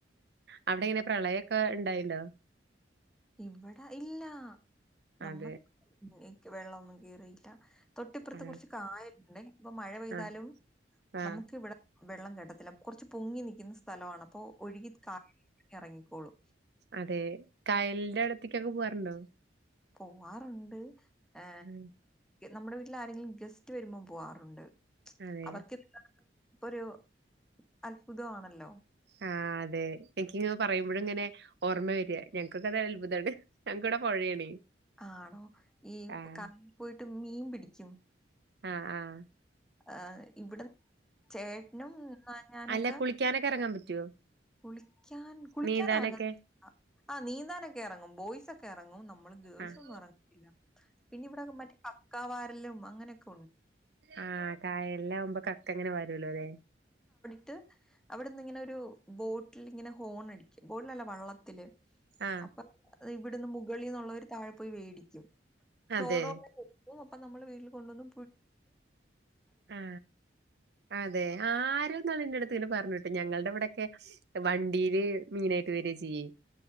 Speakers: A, on the right; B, in the centre.
A: അവിടെ എങ്ങനെ പ്രളയൊക്കെ ഉണ്ടായിണ്ടോ
B: ഇവിടെ ഇല്ലാ നമ്മൾ
A: അതെ
B: വെള്ളമൊന്നും കേറിയില്ല തൊട്ടിപ്പുറത്ത്
A: ആ
B: കുറച്ച് കായലുണ്ട് ഇപ്പൊ മഴ പെയ്താലും
A: ആ ആ
B: നമുക്ക് ഇവിടെ വെള്ളം കട്ടതില്ല കുറച്ച് പൊങ്ങി നൽിക്കുന്ന സ്ഥലമാണ് അപ്പൊ ഒഴുകികാ എറങ്ങിക്കോളൂ
A: അതേ കായൽ ഇവിടെടത്തേക്കൊക്കെ പോവാറുണ്ടോ
B: പോവും പോവാറുണ്ട് ആ
A: ഉം,
B: നമ്മുടെ- ട്ടിലാരെങ്കിലും ഗസ്റ്റ് വരുമ്പോ പോവാറുണ്ട് <inaudible>
A: അതെ
B: അവർക്ക് <unintelligible> ഇപ്പൊ ഒരു അത്ഭുത ആണല്ലോ
A: ആ അതെ എനിക്കിങ്ങെ പറയുമ്പോഴ ഇങ്ങനെ ഓർമ്മ വര ഞങ്ങൾക്ക അത അത്ഭുതമാണ് ഞങ്ങക്കിവിടെ പൊഴയാണേ
B: ആണോ ഈ
A: ആഹ്
B: കാ പോയിട്ട- <unintelligible> മീൻ പിടിക്കും
A: ആ ആ
B: ആർ ഇവിടെ ചേട്ടനുംഞ്ഞഞാനൊക്കെ
A: അല്ല കുളിക്കാനൊക്കെ <inaudible>
B: കുളിക്കാൻ കുളിക്കാന
A: നീന്താനൊക്കെ
B: ഇറങ്ങാതില്ല ആ നീന്താനൊക്കെ ഇറങ്ങും ബോയ്സ് ഒക്കെ ഇറങ്ങും നമ്മള് ഗേൾസൊന്നും
A: ആഹ്
B: ഇറങ്ങതില്ല പിന്നെ ഇവിടെക്കെ മറ്റേ കക്ക വാ രലും അങ്ങനൊക്കെ- <unintelligible>
A: ആഹ കായലിലാവുമ്പോൾ കക്ക ഇങ്ങനെ വരോലോ ലെ
B: അത് അവിടുന്ന് ഇങ്ങനെ ഒരു ബോട്ടിലിങ്ങനെ ഹോണടിക്ക ബോട്ടിലല്ലേ വള്ളത്തില്
A: ആഹ്
B: അപ്പൊ ഇവിടുന്ന് വേളിന്നുള്ളവര് താഴെ പോയി വേടിക്കും
A: അതെ
B: തോടോ അപ്പൊ നമ്മള് വീട്ടിൽ കൊണ്ടുന്ന്
A: ആ അതെ <unintelligible> പറഞ്ഞിട്ട് ഞങ്ങളുടെ ഇവിടോക്കെ വണ്ടീയില് മീനായിട്ട് വരിയ ചെയ്യേ